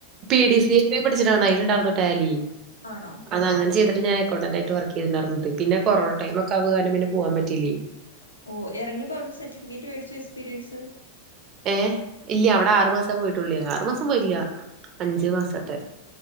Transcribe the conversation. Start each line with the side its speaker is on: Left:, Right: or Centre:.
Right: പി ഡി സി ഒക്കെ പഠിച്ചിട്ടാണ് അലുണ്ടരുന്നട്ടോ ഇടാലി
Left: ആണോ
Right: അത് അങ്ങനെ ചെയ്ത് ഞൻ അക്കൗണ്ടന്റ ആയി് വർക്ക്്ട്ടണ്ടായിന്ന പിന്ന കൊറോണ ടൈം ഒക്കെ അവാനം പിന്നെ പോവാൻ പറ്റിില്ലേ
Left: ഓ ഇറങ്ങിയപ്പോ അവിടുന്ന് സർട്ടിഫിക്കറ്റ് മേടിച്ചു എക്സ്പീരിയൻസ്
Right: ഏഹ ഇല്ല അവിടെ ആറു മാസം പോയിട്ടുള്ളേ ആറു മാസം പോയില്ല അഞ്ചു മാസട്ടെ